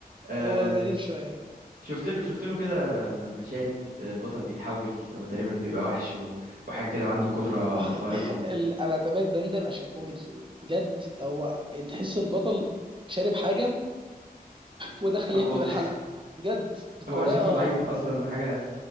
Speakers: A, on the right (about 65°); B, on the right (about 30°).
A: آه
B: هو غريب شويه
A: شفت له شفت له كده م- مشاهد آه، البطل بيتحول هو تقريبا بيبقى وحش و- وحاجة كده وعنده قدرة
B: <laughs>
A: خارقة
B: ال- انا تابعت دندن عشان كوميدي بجد هو تحس البطل شارب حاجه ودخل
A: والله
B: يكتب الحلقه بجد بطريقه
A: هو شكله ضعيف اصلا وحاجه